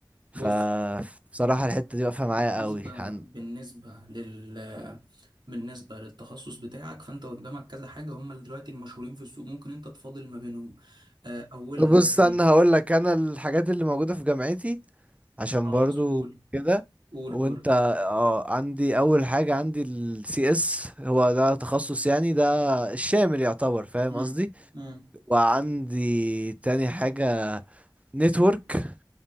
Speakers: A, on the right; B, on the right.
A: ف
B: بص
A: بصراحة الحتة دي واقفة
B: بالنسبة
A: معايا قوي عن
B: بالنسبة لل بالنسبة للتخصص بتاعك فأنت قدامك كذا حاجة هم اللي دلوقتي المشهورين في السوق ممكن أنت تفاضل ما بينهم آه، أولها
A: بص
B: ال-
A: انا هقول لك انا الحاجات اللي موجودة في جامعتي عشان
B: خلاص
A: برضو
B: قول
A: كده
B: قول
A: وانت
B: برضه
A: اه عندي اول حاجة عندي السي اس هو ده تخصص يعني ده الشامل يعتبر فاهم
B: مم.
A: قصدي
B: مم.
A: وعندي تاني حاجة نتورك